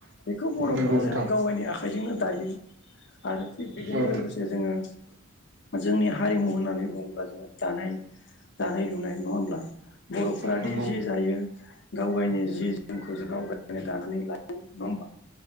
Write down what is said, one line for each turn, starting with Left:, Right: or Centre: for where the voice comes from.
Left: बेखौ बर'फ्रा
Right: नंगौ नोंथां
Left: जों गाव गावनि आखाइजोंनो दायो‌। आरो थिग बिदिनो
Right: औ
Left: लोगोसे जोङो जोंनि हारिमु होननानै बुङोब्ला जोङो दानाय दानाय लुनाय नङा होमब्ला बर'फोरााद
Right: नंगौ
Left: जि जायो गाव गावनि जि जोमखौ जों गाव गावनो दानानै लायो नङा होमबा।